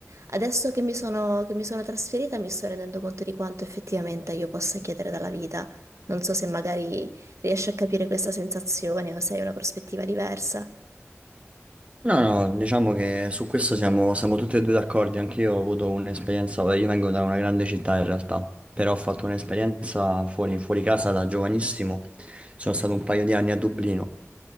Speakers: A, on the right (about 90°); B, on the right (about 25°).
A: adesso che mi sono, che mi sono trasferita mi sto rendendo conto di quanto effettivamente io possa chiedere dalla vita. Non so se magari riesci a capire questa sensazione o se hai una prospettiva diversa.
B: No, no, diciamo che su questo siamo, siamo tutti e due d'accordo. Anche io ho avuto un'esperienza, io vengo da una grande città in realtà, però ho fatto un'esperienza fuori, fuori casa da giovanissimo. Sono stato un paio di anni a Dublino